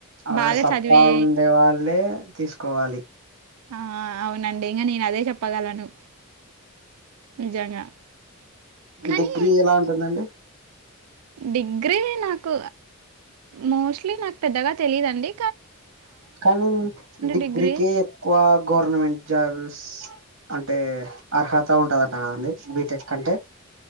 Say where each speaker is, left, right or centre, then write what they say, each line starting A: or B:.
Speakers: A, on the right; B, on the right.
A: ఆ
B: బాగా
A: సత్తా
B: చదివే
A: ఉండే వాళ్ళే తీసుకోవాలి
B: ఆ అవునండి ఇంకా నేను అదే చెప్పగలను నిజంగా కానీ
A: డిగ్రీ ఎలా ఉంటుందండి
B: డిగ్రీ నాకు మోస్ట్లీ నాకు పెద్దగా తెలిదండి
A: కానీ డిగ్రీకే
B: డిగ్రీ.
A: ఎక్కువ గవర్నమెంట్ జాబ్స్ అంటే అర్హత ఉంటదంట కదండి బీటెక్ అంటే